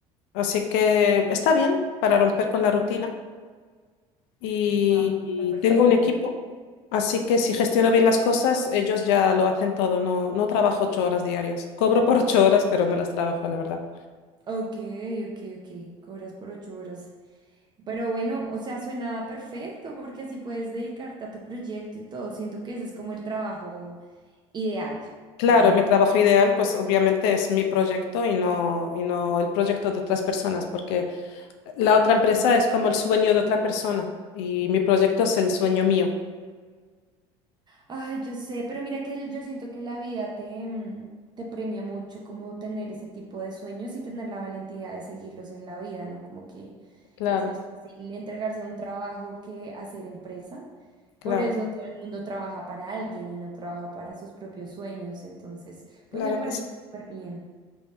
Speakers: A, on the left; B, on the right.
A: Así que está bien para romper con la rutina. y,
B: Wow,
A: y
B: está perfecto.
A: tengo un equipo, así que si gestiono bien las cosas, ellos ya lo hacen todo, no, no trabajo ocho horas diarias. Cobro por ocho horas, pero no las trabajo, la verdad.
B: Ok, ok, ok. Cobras por ocho horas. Pero bueno, o sea, suena perfecto porque así puedes dedicarte a tu proyecto y todo. Siento que ese es como el trabajo ideal,
A: Claro,
B: como
A: mi trabajo ideal, pues obviamente es mi proyecto y no, y no el proyecto de otras personas, porque la otra empresa es como el sueño de otra persona y mi proyecto es el sueño mío.
B: Ay, yo sé, pero mira que el- yo siento que la vida te, mm, te premia mucho como tener ese tipo de sueños y tener la valentía de seguirlos en la vida, ¿no? Como que
A: Claro,
B: es más fácil entregarse a un trabajo que hacer empresa.
A: claro,
B: Por eso todo el mundo trabaja para alguien y no trabaja para sus propios sueños. Entonces, pues
A: claro
B: me parece
A: que sí.
B: súper bien.